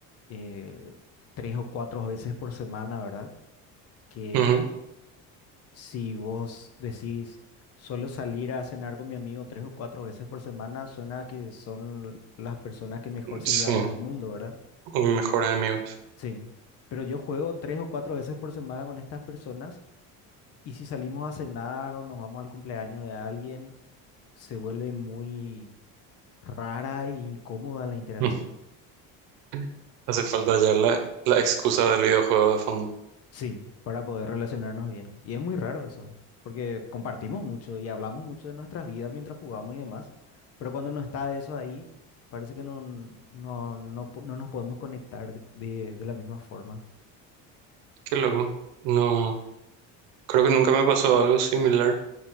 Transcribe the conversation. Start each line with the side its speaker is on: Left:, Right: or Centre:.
Left: eh, tres o cuatro veces por semana, ¿verdad? Que
Right: Ujú,
Left: si vos decís, suelo salir a cenar con mi amigo tres o cuatro veces por semana, suena que son las personas que mejor se
Right: Sí,
Left: llevan en el mundo, ¿verdad?
Right: mis mejores amigos.
Left: Sí. Pero yo juego tres o cuatro veces por semana con estas personas y si salimos a cenar o nos vamos al cumpleaños de alguien, se vuelve muy rara e incómoda la interacción.
Right: Mm. <laughs> Hace falta ya la, la excusa del videojuego de fondo.
Left: Sí, para poder relacionarnos bien. Y es muy raro eso, porque compartimos mucho y hablamos mucho de nuestras vidas mientras jugamos y demás, pero cuando no está eso ahí, parece que no, no, no, po- no nos podemos conectar de, de- de la misma forma.
Right: Qué loco. No. Creo que nunca me pasó algo similar.